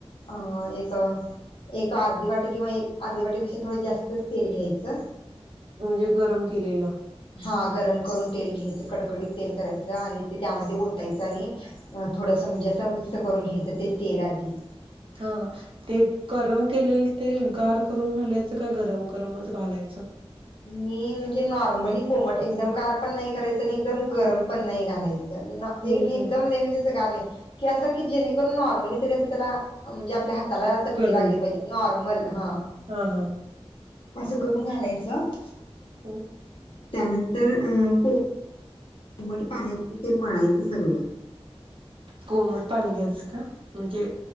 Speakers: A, on the left; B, on the right.
A: अं एक, एक अर्धी वाटी किंवा एक अर्धी वाटीपेक्षा थोडं जास्तच तेल घ्यायचं.
B: म्हणजे गरम केलेलं.
A: हां गरम करून तेल घ्यायचं कडकडीत तेल करायचं, आणि ते त्यामध्ये ओतायचं आणि असं थोडंसं म्हणजे असं मिक्स करून घ्यायचं ते तेल आधी.
B: हां-हां, ते गरम केलेलं तेल गार करून घालायचं काय गरम गरमच घालायचं?
A: मी म्हणजे नॉर्मली कोमट एकदम गार पण नाही करायचं आणि एकदम गरम पण नाही घालायचं. ना,
B: हम्म
A: तेल एकदम
B: हम्म
A: लय म्हणजे असं गार नाही. के असं जेणेकरून नॉर्मली तरी असं त्याला, म्हणजे आपल्या हात त्याला चटके
B: गरम
A: लागले पाहिजेत नॉर्मल. हा
B: हा हा
A: असं करून घालायचं. <inaudible>
B: आम्
A: त्यानंतर अ को मट पाण्यातून मळायच सगळ
B: कोमट पाणी घ्यायचं का म्हणजे?